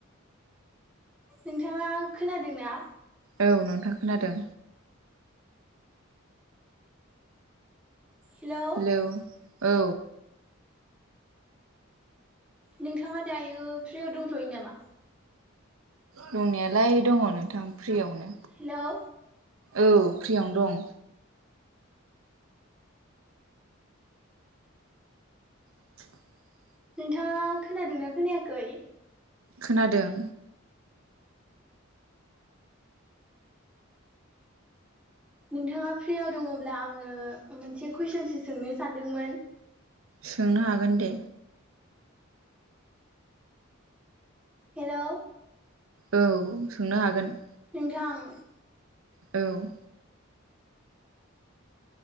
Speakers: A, in the centre; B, on the right.
A: नोंथाङा खोनादोंना
B: औ नोंथां खोनादों।
A: हेल'
B: हेल' औ
A: नोंथाङा दायो फ्रियाव दोंथ'यो नामा?
B: दंनायालाय दङ नोंथां फ्रियावनो।
A: हेलौ
B: औ फ्रियावनो दं। <inaudible>
A: नोंथाङा खोनादोंना खोनायाखै?
B: खोनादों।
A: नोंथाङा फ्रियाव दङब्ला आङो मोनसे कुइसनसो सोंनो सानदोंमोन।
B: सोंनो हागोन दे।
A: हेलौ?
B: औ सोंनो हागोन।
A: नोंथां?
B: औ